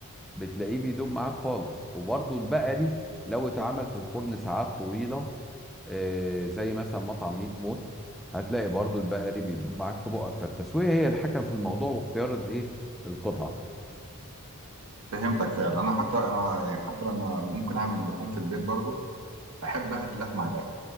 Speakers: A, in the centre; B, on the right.
A: بتلاقيه بيدوب معاك خالص وبرضه البقري لو اتعمل في الفرن ساعات طويله آه، زي مثلا مطعم ميت موت هتلاقي برضه البقري بيدوب معاك في بقك فالتسويه هي الحكم في الموضوع واختيار الايه القطعه
B: فهمتك فعلا انا حتى انا يعني حتى لما ممكن اعمل لحوم في البيت برضه احب اهري اللحمه على الاخر